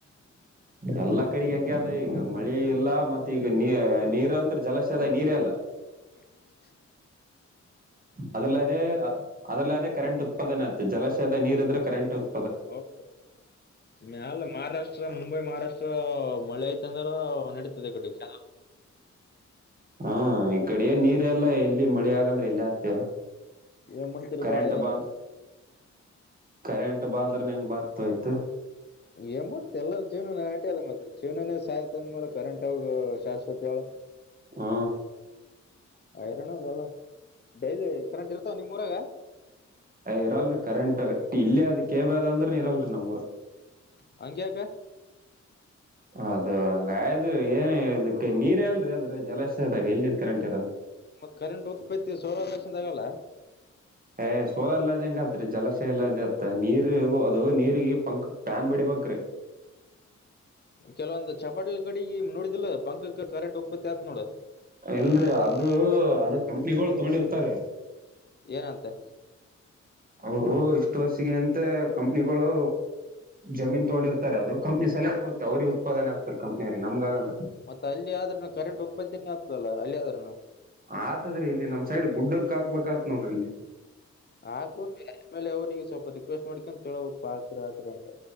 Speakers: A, on the right; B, on the left.
A: ಎಲ್ಲಾ ಕಡೆಗೆ ಹಂಗೆ ಆದ ಈಗ ಮಳಿ ಇಲ್ಲ ಮತ್ತೆ ಈಗ ನೀ ನೀರಂತತ್ರ ಜಲಾಶಯದ ನೀರ ಎಲ್ಲ
B: ಹ
A: ಅದ್ರಲ್ಲ ಅದೆ ಅ ಅದ್ರಲ್ಲ ಅದೆ ಕರೆಂಟ್ ಉತ್ಪಾದನೆ ಆು ಜಲಾಶಯದ ನೀರ್ ಇದ್ರೆ ಕರೆಂಟ್ ಉತ್
B: ಹೌದ ಮಲ್ಲ ಮಹಾರಾಷ್ಟ್ರ ಮುಂಬೈ ಮಹಾರಾಷ್ಟ್ರ ಮಳೆ ಆಐ್ತ ಅಂದ್ರ ನಡೀತದೆ ಕಟ್ಟ
A: ಹಾ ಈ ಕಡೆ ಏನ್ ನೀರ ಎಲ್ಲ ಎಲ್ಲಿ ಮಳೆ ಆಗಂದ್ರೆ ಎಲ್ಲಿ ಆಗ್ತೇವ
B: ಏನ್ ಮಾಡ್ತೀರಿ
A: ಕಂಟ್
B: ಬಾಳ
A: ಬಂದ ಕಂಟ್ ಬಂದ ಹೆಂಗ್ ಬಾತ್ ಆಯ್ತ
B: ಏನ್ ಮಾಡತ ಎಲ್ಲಾರ ಜೀವನ ನಾಟ್ಯ ಅದ ಮತ್ತೆ ಜೀವನೇ ಸಾಯ್ತ್ ಅಂದ್ಮೇಲೆ ಕರೆಂಟ್ ಶಾಶ್ವತ ಅವಳ
A: ಹ್ಮ
B: ಐರನ್ ಅದಲ್ಲ ಡೈಲಿ ಕರೆಂಟ್ ಇರ್ತಾವ ನಿಮ್ ಮೂರಾಗ
A: ಇರಲ್ರಿ ಕರೆಂಟ್ ಇಲ್ಲೇ ಅದ ಕೇಬ ಅಂದ್ರೆ ಇರಲ್ಲರಿ ನಮ್ಮೂರ
B: ಹಂಗಕ
A: ಅೌದು ಹಂಗ್ರ ಏನ್ ಇದಕ್ಕೆ ನೀರ್ ಎಲ್ರರಿ ಅದ್ರೆ ಜಲಾಶಯ ಆದದಾಗ ಎಲ್ಲಿ ಕರೆಂಟ್ ಇರ
B: ಮ ಕರೆಂಟ್ ಉತ್ಪೈತಿ ಸೋಲಾರು ಲಕ್ಷದ ಆಗಲ್ಲ
A: ಏ್ ಸೋಲರ್ ಎಲ್ಲ ಇ ಹೆಂಗ ಆತ್ರಿ ಜಲಾಯ ಎಲ್ಲ ಇ ಅತ್ತ ನೀರ್ ಅದು ನೀ ಪಂಕ್ ಪ್ಯಾನ್ ಬಿಡಿಬ ಹಕ್ರೆ
B: ಕೆಲವೊಂದು ಚಪಾತಿಲ್ ಕಡೆಗೆ ನೋಡಿ ಪಂಕಕ್ಕೆ ಕರೆಂಟ್ ಒೋಗತ್ತ ಆತ್ ನೋಡ <unintelligible>
A: ಇಲ್ರಿ ಅದು ಅದು ಕಂಪ್ನಿಗಳು ತಗೊಂಡಿರ್ತಾರ
B: ಏನಂತೆ
A: ಅವ ಇಷ್ಟ ವರ್ಷಿಗೆ ಅಂತ ಕಂಪ್ನಿಗಳು ಜಮೀನ್ ತಗೊಂಡಿರ್ಾರೆ ಅದುಂಪ್ನ ಸಲೆಕ್ಟ್ ಮತ್ತ ಅವ್ರಿಗೆ ಉತ್ಪಾದನೆ ಆಗ್ತ ಕಂನಿಯರಿ ನಮಗ ಆಗಲ್ರಿ
B: ಮತ್ತತ್ ಅಲ್ಲಿ ಆದ್ರೂನು ಕರೆಂಟ್ ಉತ್ಪತ್ತಿಿನ ಆಗ್ತದಲ್ಲಾ ಅಲ್ಲಿ ಆದ್ರೂನು
A: ಆತದ್ರಿ ಇಲ್ಲಿ ನಮ್ ಸೈಡ್ ಗುಡ್ಡಕ್ ಹಾಕ್ಬೇಕ ಆತ್ ನೋಡ್ರಿ ಇಲ್ಲಿ
B: ಹಾಕ್ಬಬೇಕು ಆಮೇಲೆ ಅವ್ರರಿಗೆ ಸ್ವಲ್ಪ ರಿಕ್ವೆಸ್ಟ್ ಮಾಡ್ಕೊಂತ ತಿ ಹೋಗಕ್ಾಕ್ರ ಹಾಕ್ರ ಅಂತ